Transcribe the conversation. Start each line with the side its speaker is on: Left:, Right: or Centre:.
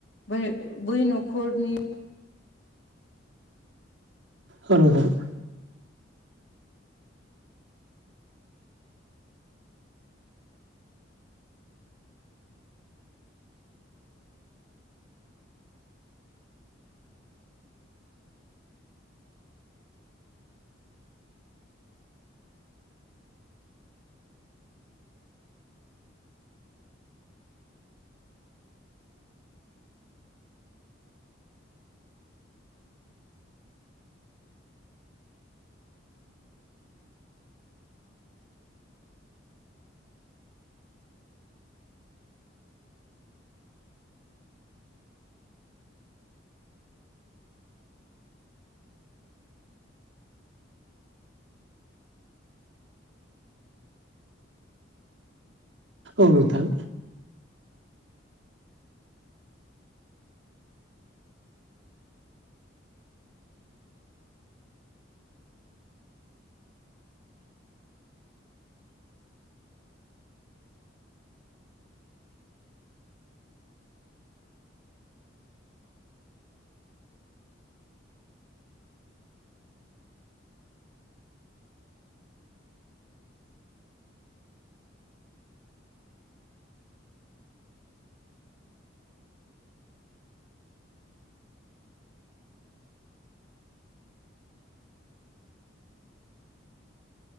Left: बै बै न'खरनि
Right: आद <inaudible> औ नोंथां